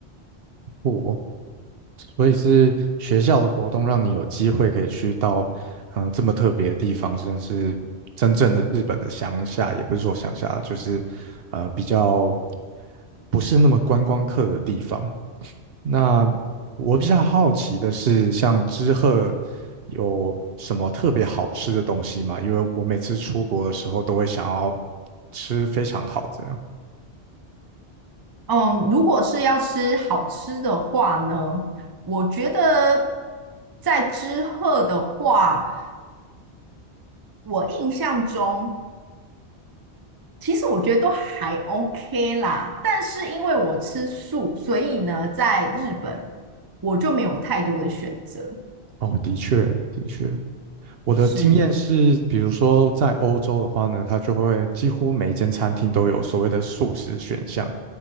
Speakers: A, on the right; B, on the right.
A: 不。所以是学校的活动让你有机会可以去到，呃，这么特别的地方，甚至是真正的日本的乡下，也不是说乡下，就是，呃，比较不是那么观光客的地方。那我比较好奇的是，像知鹤有什么特别好吃的东西吗？因为我每次出国的时候都会想要吃非常好的。
B: 嗯，如果是要吃好吃的话呢，我觉得在知鹤的话，我印象中其实我觉得都还 OK 啦，但是因为我吃素，所以呢，在日本我就没有太多的选择。
A: 哦，的确，的确。我的经验是，
B: 是，
A: 比如说在欧洲的话呢，它就会几乎每一间餐厅都有所谓的素食选项，